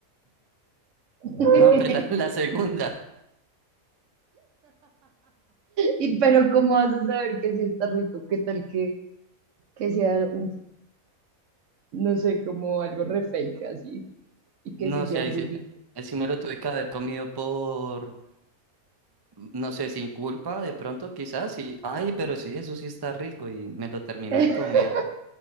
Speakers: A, on the right; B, on the right.
A: <laughs>
B: <laughs>
A: no, pero la, la segunda.
B: Y pero ¿cómo vas a saber que sí está rico? ¿Qué tal que, que sea un, no sé, como algo re fake así? Y que
A: No
B: sí
A: sé,
B: sea
A: ahí
B: un
A: sí,
B: bullito.
A: ahí sí me lo tuve que haber comido por, no sé, sin culpa, de pronto quizás, y, ay, pero sí, eso sí está rico, y me lo terminó
B: <laughs>
A: de comer.